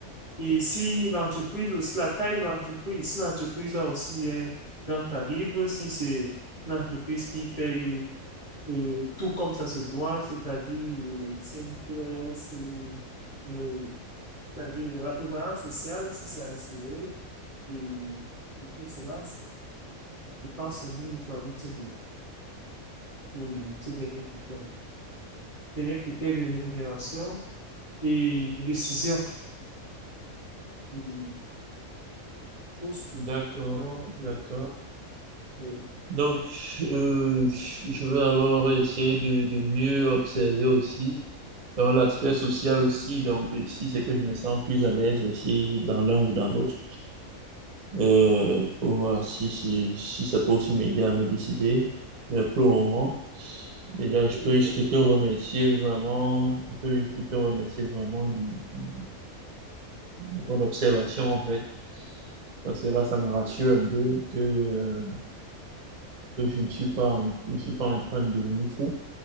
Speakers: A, on the left; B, on the right.
A: Et si l'entreprise aussi, la taille de l'entreprise, si l'entreprise a aussi un grand calibre, si c'est l'entreprise qui fait euh, euh, tout comme ça se doit, c'est-à-dire euh, 5 heures, c'est, euh, c'est-à-dire la prévoyance sociale, si c'est assuré, et, et puis cela, c'est- je pense que nous, il faut ajouter et ce dernier critère. Dernier critère de rémunération et de décision. Et, tout ce que-
B: D'accord,
A: donc, euh,
B: d'accord.
A: euh,
B: Donc, euh, je je vais alors essayer de, de mieux observer aussi Dans l'aspect social aussi, donc ici, c'est que je me sens plus à l'aise aussi dans l'un ou dans l'autre. Euh, pour voir si, si, si ça peut aussi m'aider à me décider. Mais pour le moment, déjà, je
A: Et
B: peux juste
A: Bon,
B: te remercier vraiment, je peux juste te remercier vraiment du, du- de ton observation, en fait. Parce que là, ça me rassure un peu que, euh, que je ne suis pas en, je ne suis pas en train de devenir fou,